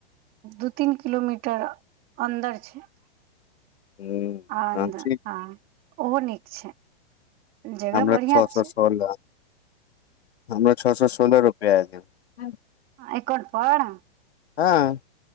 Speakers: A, on the right; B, on the left.
A: दू तीन किलोमीटर अन्दर छै
B: ह
A: आ <unintelligible> ओहो नीक छै जगह
B: हमरा
A: बढ़िया
B: छ सौ
A: छै
B: सोलह हमर छ सौ सोलह रू <unintelligible>
A: हँ एकन पर
B: हँ